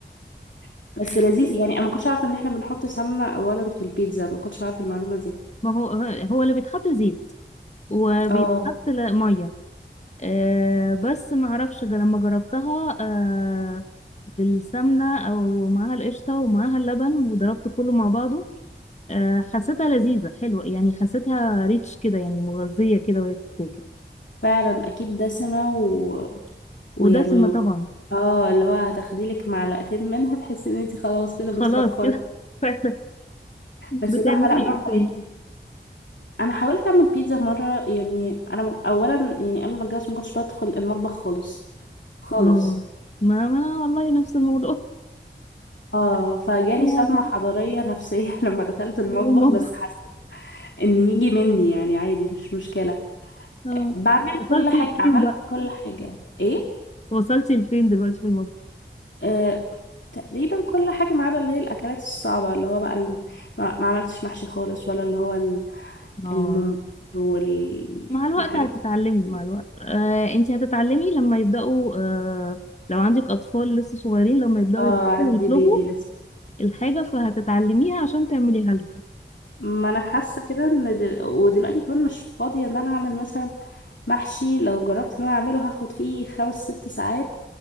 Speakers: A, on the left (about 75°); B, on the left (about 35°).
A: <laughs> بس
B: <laughs>
A: لذيذ يعني انا ما كنتش عارفه ان احنا بنحط سمنه اولا في البيتزا ما كنتش عارفه المعلومه دي
B: ما هو هو اللي بيتحط زيت وبيتحط
A: اه
B: ل- مية أه بس معرفش جا- لما جربتها أه بالسمنة أو معاها القشطة ومعاها اللبن وضربت كله مع بعضه أه حسيتها لذيذة حلوة يعني حسيتها ريتش كده يعني مغذية كده وهي بتتاكل
A: فعلا اكيد دسمه و... ويعني
B: ودسمة طبعا
A: اه اللي هو هتاخدي لك معلقتين منها تحسي ان انتي خلاص كده
B: خلاص
A: بتفرفري
B: كده <laughs> فعلا
A: بس
B: بتعملي
A: صح لا برافو
B: ايه تاني؟
A: عليكي انا حاولت اعمل بيتزا مره يعني انا م- اولا يعني قبل ما اتجوز ما كنتش بدخل المطبخ خالص خالص
B: اه ما ما والله نفس الموضوع <laughs>
A: اه فجالي
B: يا
A: صدمة
B: دي-
A: حضارية نفسية <laughs> لما دخلت المطبخ
B: من المطبخ
A: بس ان يجي مني يعني عادي مش مشكلة
B: اه
A: بعمل
B: وصلتي
A: كل حاجة
B: لفين
A: عملت
B: بقى
A: كل حاجة ايه
B: وصلتي لفين دلوقتي في المطبخ
A: آه تقريبا كل حاجة ما عدا اللي هي الأكلات الصعبة اللي هو بقى الم... ما ما عملتش محشي خالص ولا اللي هو ال-
B: اه
A: الممبار وال...
B: مع الوقت
A: والحاجات
B: هتتعلمي
A: دي
B: مع الوقت آه انت هتتعلمي لما يبدأوا آه لو عندك أطفال لسه صغيرين لما يبدأوا
A: اه
B: يكبروا
A: عندي
B: ويطلبوا
A: بيبي لسه
B: الحاجة فهتتعلميها عشان تعمليها لهم
A: ما انا حاسه كده ان دل... ودلوقتي كمان مش فاضيه ان انا اعمل مثلا محشي لو جربت ان انا اعمله هاخد فيه خمس ست ساعات